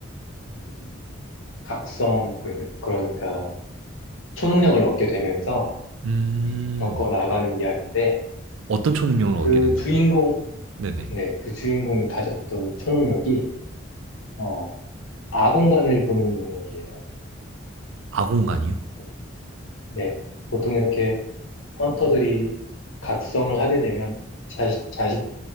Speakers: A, on the left; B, on the right.
A: 음, 각성, 그러니까 초능력을 얻게 되면서
B: 음,
A: 음, 겪어 나가는 이야기인데
B: 어떤 초능력을
A: 그
B: 얻게 되나요?
A: 주인공,
B: 네네.
A: 네, 그 주인공이 가졌던 초능력이 어, 아공관을 보는 능력이에요.
B: 아공간이요?
A: 그, 네, 보통 이렇게 헌터들이 각성을 하게 되면 자식, 자식,